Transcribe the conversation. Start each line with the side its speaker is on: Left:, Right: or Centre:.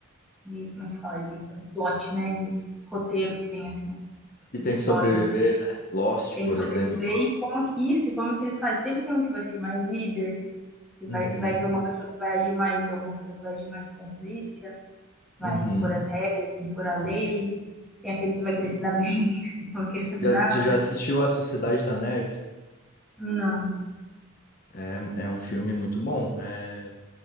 Centre: de- como é que fala, de plot, né, de roteiro que tem, assim,
Left: e
Centre: de
Left: tem
Centre: história.
Left: que sobreviver, né? Lost,
Centre: Tem
Left: por
Centre: que sobreviver
Left: exemplo.
Centre: e como que- isso, e como que eles fazem. Sempre tem um que vai ser mais líder, que vai,
Left: Uhum.
Centre: vai ter uma pessoa que vai agir mais, alguma pessoa que vai agir mais como polícia, vai
Left: Uhum.
Centre: impor as regras, impor a lei, tem aquele que vai querer
Left: E
Centre: se dar bem, <laughs> não vai querer fazer
Left: Já,
Centre: nada.
Left: tu já assistiu A Sociedade da Neve?
Centre: Não.
Left: É, é um filme muito bom. É